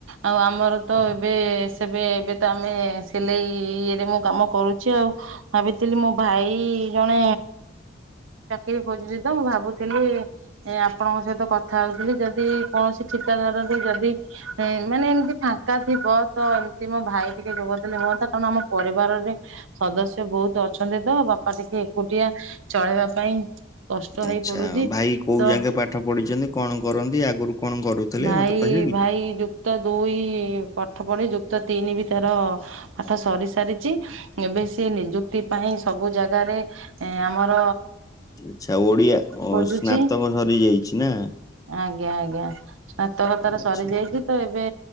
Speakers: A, on the right (about 80°); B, on the left (about 20°).
A: ଆଉ ଆମର ତ ଏବେ ସେବେ ଏବେ ତ ଆମେ ସିଲେଇ ଇଏରେ ମୁଁ କାମ କରୁଛି ଆଉ। ଭାବିଥିଲି ମୋ ଭାଇ ଜଣେ ଚାକିରି ଖଜୁଚି ତ ମୁଁ ଭାବୁଥିଲି? ଏ ଆପଣଙ୍କ ସହିତ କଥା ହଉଥିଲି ଯଦି କୌଣସି ଠିକାଦାର ର ଯଦି ଏ ମାନେ ଏମିତି ଫାଙ୍କା ଥିବ ତ ଏମିତି ମୋ ଭାଇ ଟିକେ ଯୋଗଦେଲେ ହୁଅନ୍ତା କାରଣ ଆମ ପରିବାରରେ ସଦସ୍ୟ ବହୁତୁ ଅଛନ୍ତି ତ ବାପା ଟିକେ ଏକୁଟିଆ ଚଳେଇବା ପାଇଁ। କଷ୍ଟ
B: ଇଚ୍ଛା
A: ହେଇ ପଡୁଛି
B: ଭାଇ କୋଉ
A: ତ
B: ଯାକେ ପାଠ ପଢିଛନ୍ତି କଣ କରନ୍ତି ଆଗରୁ କଣ କରୁଥିଲେ
A: ଭାଇ
B: ମତେ କହିବେ କି?
A: ଭାଇ ଯୁକ୍ତ ଦୁଇ ପାଠ ପଢି ଯୁକ୍ତ ତିନି ବି ତାର ପାଠ ସରି ସାରିଛି ଏବେ ସିଏ ସେ ନିଯୁକ୍ତି ପାଇଁ ସବୁ ଜାଗାରେ। ଆମର
B: ଇଛା ଓଡିଆ
A: ଖୋଜୁଛି
B: ସ୍ନାତକ ସରି ଯାଇଛି ନା?
A: ଆଜ୍ଞା ଆଜ୍ଞା। ସ୍ନାତକ ତରା
B: ଆଚ୍ଛା
A: ସରିଯାଇଛି ତ ଏବେ?